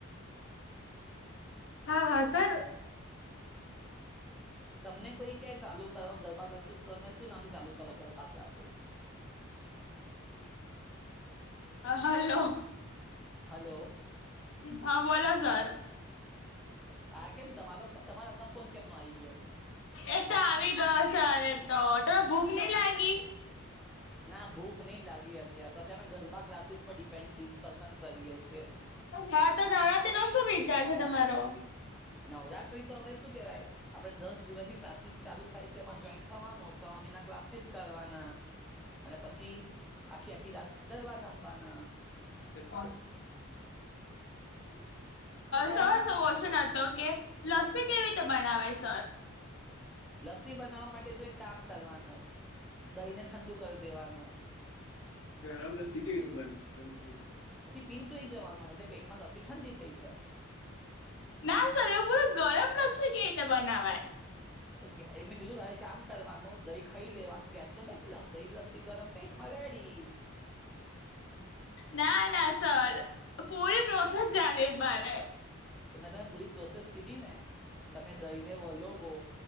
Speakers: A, on the left; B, in the centre.
A: હા હા સર
B: તમને કોઈ કેય ચાલુ કરો ગરબા ક્લાસીસ તમે શું નામથી ચાલુ કરો ગરબા ક્લાસીસ હ
A: હમ હા હેલો
B: હલો
A: હા બોલો સર
B: હા કેમ તમારો તમારા હાથમાં ફોન કેમ ન આવી ગયો
A: એ તો આવી ગયો સર એત તમે ભૂખ ની લાગી
B: ના ભૂક નઈ લાગી અત્યારે તો અત્યારે ગરબા ક્લાસીસ પર ડિપેન્ડ ડિસ્કશન કરીએ છીએ
A: હા તો નવરાતી નો શું વિચાર છે, તમારો?
B: નવરાત્રી ત હવે શું કેવાય આપડે દસ જુલાઈ થી ક્લાસીસ ચાલુ થાય છે, એમાં જોઈન થવાનું તો અમે એના ક્લાસીસ કરવાના અને પછી આખી આખી રાત ગરબા રમવાના
A: <unintelligible> એક સર શું ઓશન હતો કે લસ્સી કેવી રીતે બનાવે સર
B: લસી બનાવવા માટે જો એક કામ કરવાનું દહી ને ઠંડુ કર દેવાનું.
A: <inaudible>
B: પીંસોઈ જવાનું એટલે પેટમાં લસી ઠંડી થઈ જાય
A: ના સર એવું પૂરું ગરમ લખશે કેવી રીતે બનાવાય
B: તો એં કીધું તારે કામ કરવાનું દહી ખાઈ લેવાનું ગેસ તો બેસી જાવાનું દહી લસ્સી ગરમ પેટ મારે કડી.
A: ના ના સર પૂરી પ્રોસેસ જાણે મારે
B: તો મેં તમે પૂરી પ્રોસેસ કીધી ને તમે દહી ને વલો વો